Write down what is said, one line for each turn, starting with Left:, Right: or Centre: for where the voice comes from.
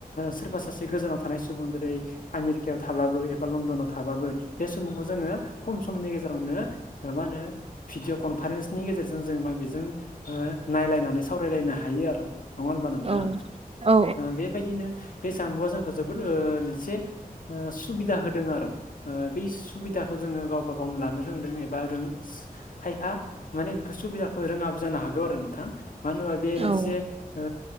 Left: सोरबा सासे गोजानाव थानाय सुबुं जेरै आमेरिकायाव थाब्लाबो एबा लण्डनाव थाबाबो बे समखौ जोङो खम समनि गेजेरावनो ओ मा होनो भिडिअ' कनफारेन्स नि गेजेरजों जों मा बेजों ओ नायलायनानै सावरायलायनो हायो आरो। नङा होमबा नोंथां?
Right: औ औ
Left: बेबायदिनो बे जानबुआ जोंखौ जोबोद ओ मोनसे ओ सुबिदा होदों आरो ओ बे सुबिदाखौ जोङो गावबा गावनो लानो रोंदों एबा रों खायफा माने सुबिदाखौ रोङाबो जानो हागौ आरो नोंथां मानो होनबा बे मोनसे
Right: औ
Left: ओ